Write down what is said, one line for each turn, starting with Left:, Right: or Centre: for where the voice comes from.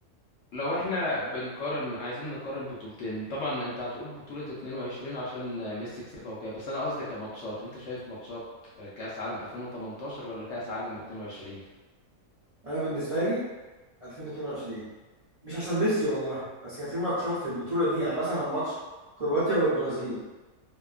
Left: لو احنا بنقارن عايزين نقارن بطولتين طبعا انت هتقول بطولة 22 عشان ميسي كسبها وكده بس انا قصدي كماتشات انت شايف ماتشات آه، كأس عالم 2018 ولا كأس عالم 22
Right: انا بالنسبه لي 2022 مش عشان ميسي والله بس كان في ماتشات في البطوله دي يعني مثلا ماتش كرواتيا والبرازيل